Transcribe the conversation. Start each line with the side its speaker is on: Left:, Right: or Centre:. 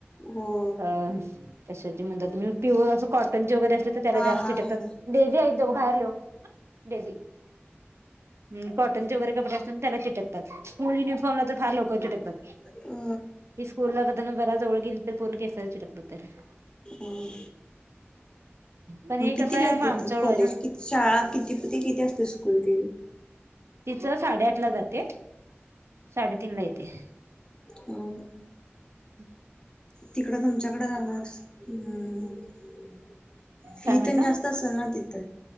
Left: हो
Right: अ कशाचे म्हणतात, पिहू-प्युअर असं कॉटनचे वगैरे असले तर त्याला
Left: हा
Right: जास्त
Left: हा
Right: चिटकतात
Left: हा
Right: डेवी आ इ दो बाहेर लो डेबी हम्म कॉटनचे वगैरे कपडे त्याला चिटकतात, स्कूल युनिफॉर्मला तर फार लवकर चिटकतात
Left: अ
Right: ही स्कूल धनू बरा जवळ गेली तर पूर्ण केसाला चिटकतात त्याला.
Left: अ
Right: पण
Left: मग
Right: हे
Left: कितीला
Right: कस हाय
Left: येते
Right: आमच्या
Left: ती
Right: जवळ
Left: कॉलेज
Right: हैना ना.
Left: कि शाळा किती किती किती असते स्कूल तीला.
Right: तिचं साडेआठला जाते, साडेतीनला येते.
Left: हाम्म, हो ना,
Right: हम् <inaudible>
Left: तिकडं तुमच्याकड काय मास <unintelligible> फी
Right: काय म्हटलं
Left: तेन जास्त जास्त असंल ना तिथं?